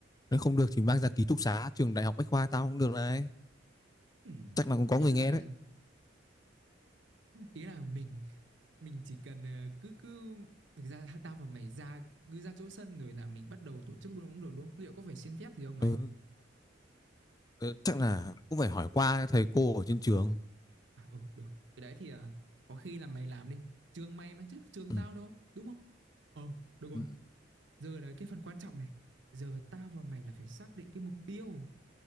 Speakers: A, on the left (about 20°); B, on the right (about 70°).
A: nếu không được thì mang ra ký túc xá trường đại học Bách khoa tao cũng được này.
B: Ừ,
A: chắc là cũng có
B: ý
A: người
B: là
A: nghe đấy
B: ý là mình mình chỉ cần ờ, cứ cứ thực ra tao và mày ra cứ ra chỗ sân rồi là mình bắt đầu tổ chức luôn cũng được đúng không? Liệu có phải xin phép gì không mày?
A: ừ, ừ, chắc là cũng phải hỏi qua thầy cô ở trên trường
B: À, ừ, được. Cái đấy thì à, có khi là mày làm đi. Trường mày mà chứ trường
A: ừ.
B: tao đâu, đúng không? Ờ, được rồi.
A: ừ,
B: Giờ là cái phần quan trọng này. Giờ tao và mày là phải xác định cái mục tiêu.